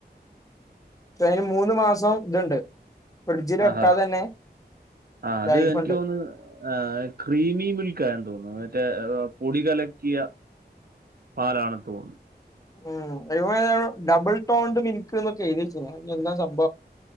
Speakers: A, on the left (about 20°); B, on the right (about 60°).
A: ഇപ്പൊ അതിന് മൂന്ന് മാസം ഇതുണ്ട്. ഫ്രിഡ്ജിൽ
B: ആഹ്
A: വെക്കാതെ തന്നെ
B: ആ അത്
A: ലൈഫുണ്ട്
B: എനിക്ക് തോന്നു ആഹ് ക്രീമി മിൽക്ക് ആണെന്ന് തോന്നുന്നു മറ്റേ പൊടി കലക്കിയ പാലാണെന്ന്തോന്നു
A: ഉം ആഹ് ഡബിൾ ടോണ്ട് മിൽക്ക് എന്നൊക്കെ എഴുതിച്ച്ക്ക്ണ് എന്താ സംഭ